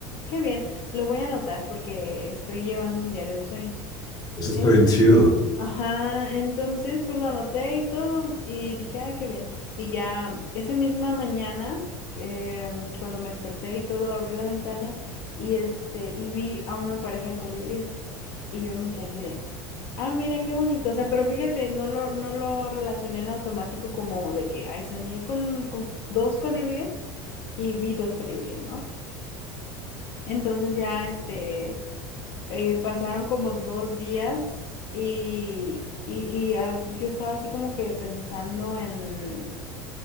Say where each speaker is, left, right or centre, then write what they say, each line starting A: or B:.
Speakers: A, on the left (about 55°); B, on the left (about 40°).
A: qué bien, lo voy a anotar porque estoy llevando un diario de sueños.
B: eso
A: En-
B: está bien chido.
A: Ajá, entonces pues lo anoté y todo y dije, ah, qué bien. Y ya esa misma mañana, em, cuando me desperté y todo, abrí la ventana y este, y vi a una pareja de colibríes y yo me quedé así de, ah, mira, qué bonito. O sea, pero fíjate, no lo, no lo relacioné en automático como de que, ay, soñé con, con dos colibríes y vi dos colibríes, ¿no? Entonces ya este eh, pasaron como dos días y, y, y, ah, y yo estaba así como que pensando en,